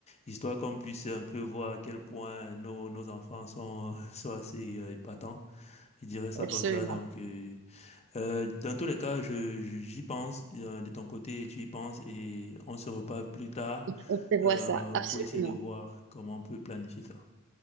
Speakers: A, on the left; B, on the right.
A: histoire qu'on puisse un peu voir à quel point nos, nos enfants sont, <laughs> sont assez euh, épatants. Je dirais ça
B: absolument,
A: comme ça. Donc, euh, euh, dans tous les cas, je, je- j'y pense euh, de ton côté et tu y penses et on se reparle plus tard
B: on prévoit
A: euh,
B: ça, absolument.
A: pour essayer de voir comment on peut planifier ça.